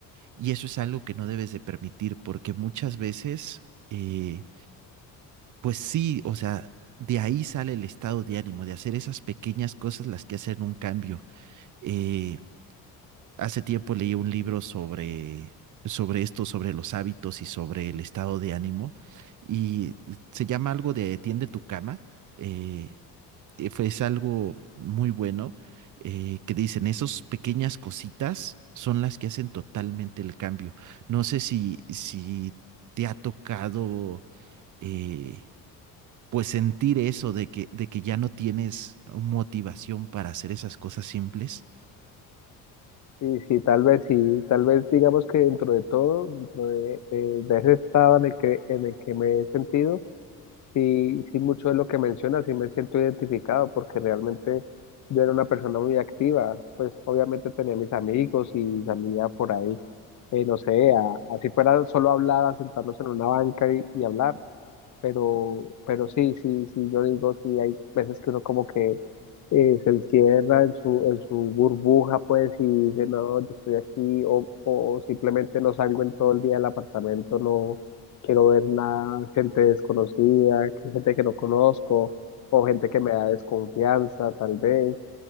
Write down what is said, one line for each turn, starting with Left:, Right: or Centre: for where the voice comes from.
Right: Y eso es algo que no debes de permitir porque muchas veces... eh, pues sí, o sea, de ahí sale el estado de ánimo, de hacer esas pequeñas cosas las que hacen un cambio. Eh, hace tiempo leí un libro sobre, sobre esto, sobre los hábitos y sobre el estado de ánimo, y se llama algo de Tiende tu cama. eh, eh, fue- es algo muy bueno eh, que dicen, esas pequeñas cositas son las que hacen totalmente el cambio. No sé si, si te ha tocado... eh, pues sentir eso de que, de que ya no tienes motivación para hacer esas cosas simples.
Left: Sí, sí, tal vez sí, tal vez digamos que dentro de todo, dentro de, de- de ese estado en el que, en el que me he sentido, sí, sí mucho de lo que mencionas, sí me siento identificado porque realmente yo era una persona muy activa, pues obviamente tenía mis amigos y salía por ahí, eh, no sé, a- así fuera solo hablar, a sentarnos en una banca y, y hablar pero, pero sí, sí, sí, yo digo, sí, hay veces que uno como que eh, se encierra en su, en su burbuja, pues, y dice, no, yo estoy aquí, o, o simplemente no salgo en todo el día del apartamento, no quiero ver nada, gente desconocida, que- gente que no conozco, o gente que me da desconfianza, tal vez.